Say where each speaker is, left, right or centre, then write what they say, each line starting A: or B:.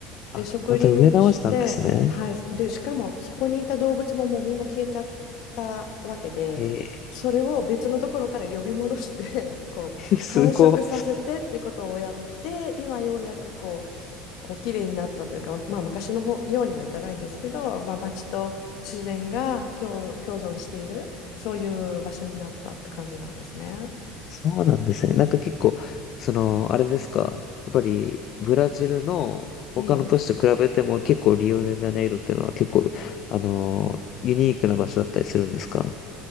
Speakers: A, on the left (about 45°); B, on the left (about 60°).
A: あ、
B: で、植林をして、
A: また植え直したんですね。
B: はい、で、しかもそこにいた動物ももうみんな消えちゃったわけで、
A: ええ
B: それを別のところから呼び戻して <laughs> こう繁殖させてってことをやって、
A: ー、<laughs> すごい。
B: 今ようやくこう、こう綺麗になったというか、まあ、昔の方ようにはいかないんですけど、まあ、町と自然が共、共存しているそういう場所になったって感じなんですね。
A: そうなんですね。なんか結構、その、あれですか。やっぱり、ブラジルの他の都市と比べても結構リオデジャネイロっていうのは結構、
B: ええ
A: あのーユニークな場所だったりするんですか